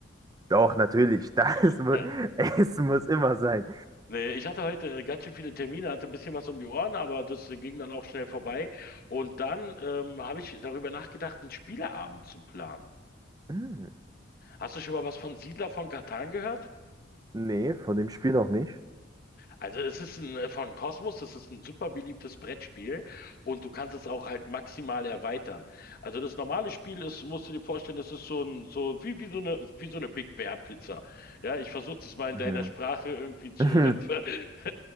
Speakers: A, on the right (about 20°); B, on the left (about 50°).
A: Doch, natürlich. <laughs> Das,
B: <laughs>
A: mu- Essen muss immer sein.
B: Nee, ich hatte heute äh, ganz schön viele Termine, hatte ein bisschen was um die Ohren, aber das äh, ging dann auch schnell vorbei. Und dann ähm, habe ich darüber nachgedacht, einen Spieleabend zu planen.
A: Hm,
B: Hast du schon mal was von Siedler von Catan gehört?
A: nee, von dem Spiel noch nicht.
B: Also es ist ein, äh, von Cosmos, das ist ein super beliebtes Brettspiel und du kannst es auch halt maximal erweitern. Also das normale Spiel ist, musst du dir vorstellen, das ist so ein, so wie, wie so eine, wie so eine Big Bear Pizza. Ja, ich versuche das mal in
A: Mhm.
B: deiner Sprache irgendwie zu,
A: <laughs>
B: <laughs>